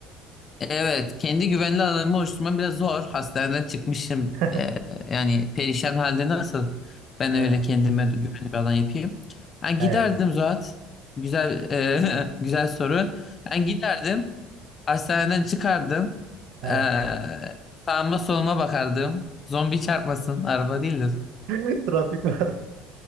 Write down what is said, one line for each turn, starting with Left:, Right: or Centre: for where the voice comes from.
Left: evet kendi güvenli alanımı oluşturmam biraz zor. Hastaneden çıkmışım
Right: <laughs>
Left: Ee, yani perişan halde nasıl ben
Right: He,
Left: öyle kendime güvenli bir alan yapayım? Ben
Right: he,
Left: giderdim Zuhat. Güzel e, <laughs> güzel soru. Ben giderdim. Hastaneden çıkardım.
Right: he.
Left: Ee, sağıma soluma bakardım. Zombi çarpmasın. Araba değil de.
Right: <laughs> Trafik var.